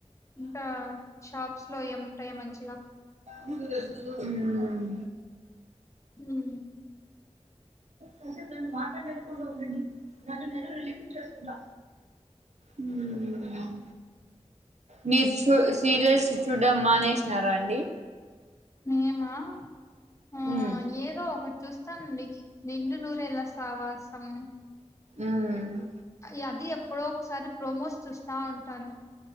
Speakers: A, on the left; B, on the right.
A: ఇంకా షాప్స్ లో ఏముంటాయో మంచిగా
B: మ్మ్
A: ఉం
B: కాసేపు నన్ను మాట్లాడకుంటూ ఉండండి దాన్న నేను రిలీఫ్ ఇచ్చేస్తుంటా ఉ మీరు చూ సీరియల్స్ చూడమానేసినారా అండి
A: మేమా ఆ
B: మ్మ్
A: ఏదో ఒక చూస్తానండి నిండు నూరుళ్లా సావాసం
B: ఉమ్
A: అ అది ఎప్పుడో ఒకసారి ప్రోమోస్ చూస్తా ఉంటాను